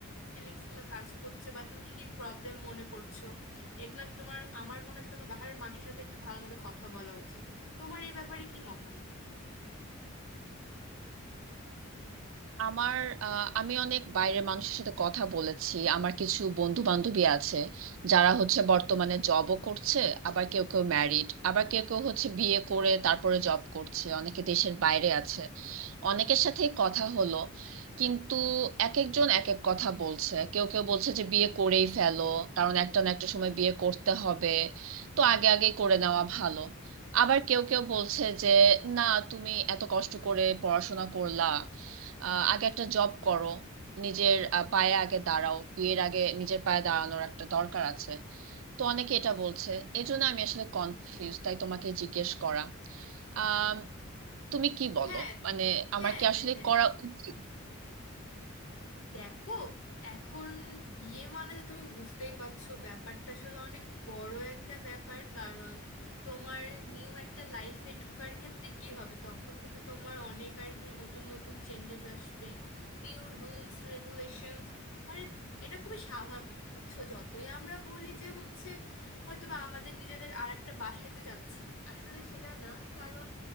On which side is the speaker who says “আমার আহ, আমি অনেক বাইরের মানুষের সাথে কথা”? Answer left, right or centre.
Right